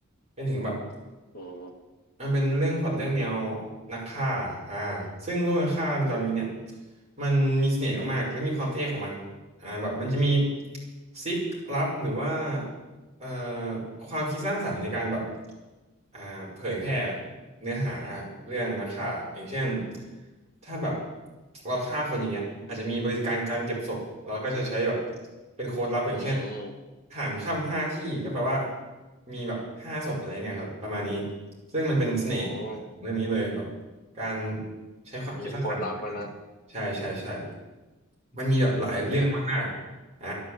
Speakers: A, on the right; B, on the left.
A: เป็นถึงแบบ
B: อืม
A: มันเป็นเรื่องพล็อตเรื่องแนวนักฆ่าอ่าซึ่งโลกนักฆ่าในจอห์นวิกเนี่ยมันมีเสน่ห์มากๆ และมีความเท่ของมันอ่าแบบมันจะมีซิกลับหรือว่าเอ่อความคิดสร้างสรรค์ในการแบบอ่าเผยแพร่เนื้อหาเรื่องนักฆ่าอย่างเช่น ถ้าแบบเราฆ่าคนอย่างเงี้ยอาจจะมีบริการการเก็บศพเราก็จะใช้แบบเป็นโค้ดลับอย่างเช่น
B: อืม
A: หารค่ำห้าที่ก็แปลว่ามีแบบห้าศพอะไรเงี้ยครับประมาณนี้ ซึ่งมันเป็นเสน่ห์ของเรื่องนี้เลยแบบ
B: อืม
A: การใช้ความคิดสร้างสรรค์
B: มีโค้ดลับมานะ
A: ใช่ใช่ใช่
B: อืม
A: มันมีแบบหลายเรื่องมากๆอ่า
B: อืมอืม